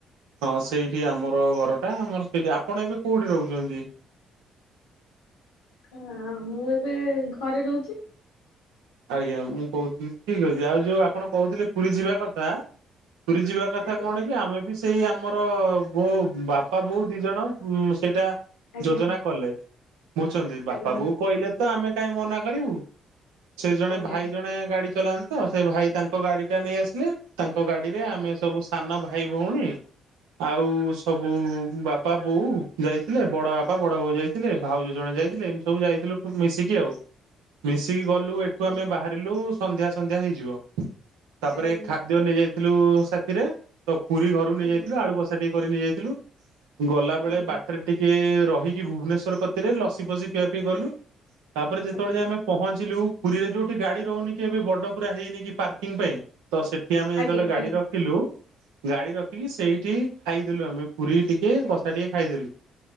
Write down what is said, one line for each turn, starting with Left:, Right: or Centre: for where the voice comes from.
Right: ହଁ ସେଇ ସେଠି ଆମର ଘରଟା ଆମର ସେଠି ଆପଣ ଏବେ କୋଉଠି ରହୁଚନ୍ତି?
Left: ଆ ମୁଁ ଏବେ ଘରେ ରହୁଚି।
Right: ଆଜ୍ଞା ମୁଁ କହୁଥିଲି ଠିକ ଅଛି, ଆଉ ଯୋଉ ଆପଣ କହୁଥିଲେ ପୁରୀ ଯିବା କଥା ପୁରୀ ଯିବା କଥା
Left: ଆଜ୍ଞା
Right: କଣ କି ଆମେ ବି ସେଇ ଆମର ବୋଉ ବାପା ବୋଉ ଦି ଜଣ ସେଇଟା
Left: ଆଜ୍ଞା
Right: ଯୋଜନା କଲେ। ବୁଝଛନ୍ତି ବାପା
Left: ଆଜ୍ଞା
Right: ବୋଉ କହିଲେ ତ ଆମେ କାଇଁ ମନା କରିବୁ ସେ ଜଣେ
Left: ଆଜ୍ଞା।
Right: ଭାଇ ଜଣେ ଗାଡି ଚଲାନ୍ତି ତ ସେ ଭାଇ ତାଙ୍କ ଗାଡି ଟା ନେଇ ଆସିଲେ ତାଙ୍କ ଗାଡିରେ ଆମେ ସବୁ ସାନ ଭାଇ ଭଉଣୀ ଆଉ ସବୁ ବାପା ବୋଉ ଯାଇଥିଲେ, ବଡ ବାପା ବଡ ବୋଉ ଯାଇଥିଲେ, ଭାଉଜ ଜଣେ ଯାଇଥିଲେ ଏମିତି ସବୁ ଯାଇଥିଲୁ ମିଶିକି ଆଉ। ମିଶିକି ଗଲେ ଗଲୁ ଏଠୁ
Left: ଆଜ୍ଞା
Right: ଆମେ ବାହାରିଲୁ ସନ୍ଧ୍ୟା ସନ୍ଧ୍ୟା ହେଇଯିବ। ତାପରେ
Left: ଆଜ୍ଞା
Right: ଖାଦ୍ୟ ନେଇଯାଇ ଥିଲୁ ସାଥିରେ ତ ପୁରୀ ଘରକୁ
Left: ଆଜ୍ଞା
Right: ନେଇଯାଇଥିଲୁ ଆଳୁ କଷା ଟିକେ କରି ନେଇ ଯାଇଥିଲୁ। ଗଲା ବେଳେ
Left: ଆଜ୍ଞା
Right: ବାଟରେ ଟିକେ ରହିକି ଭୁବନେଶ୍ଵର କତିରେ ଲସି ଫସି ପିଆ ପିଇ କଲୁ। ତାପରେ ଯେତେବେଳେ
Left: ଆଜ୍ଞା
Right: ଆମେ ପହଞ୍ଚିଲୁ ପୁରୀରେ ଯୋଉଠି ଗାଡି ରହୁନି କି ଏବେ ବଡ ପୁରା ହେଇନି କି ପାର୍କିଂ ପାଇଁ। ତ ସେଠି ଆମେ ଯେତେବେଳେ
Left: ଆଜ୍ଞା ଆଜ୍ଞା
Right: ଗାଡି ରଖିଲୁ ଗାଡି ରଖିକି ସେଇଠି ଖାଇଦେଲୁ ଆମେ ପୁରୀ ଟିକେ କଷା ଟିକେ ଖାଇଦେଲୁ।